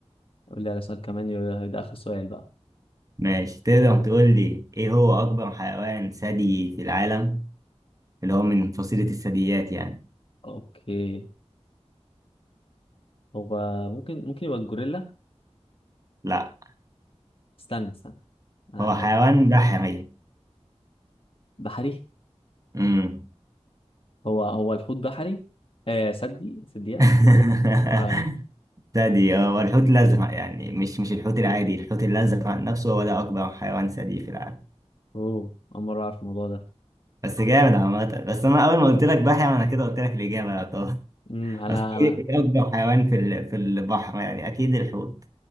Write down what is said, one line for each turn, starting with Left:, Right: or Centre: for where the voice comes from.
Left: قول لي على سؤال كمان يبقى- ده آخر سؤال بقى
Right: <laughs> ماشي تقدر تقول لي إيه هو أكبر حيوان ثدي في العالم اللي هو من فصيلة الثدييات يعني
Left: اوكي هو ممكن ممكن يبقى الجوريلا
Right: لا
Left: استنى استنى أه أه.
Right: هو حيوان بحري
Left: بحري
Right: امم
Left: هو هو الحوت بحري آه سدي سديات
Right: <laughs>
Left: آه
Right: ثدي اه والحوت الازرق يعني مش مش الحوت العادي الحوت الازرق نفسه هو ده اكبر حيوان ثدي في العالم
Left: اوه اول مرة اعرف الموضوع ده
Right: بس جامد عامة بس انا اول ما قلت لك بحر انا كده قلت لك الاجابه يا طه
Left: امم
Right: <laughs>
Left: على
Right: اصل
Left: على
Right: ايه إيه اكبر حيوان في ال- في البحر يعني اكيد الحوت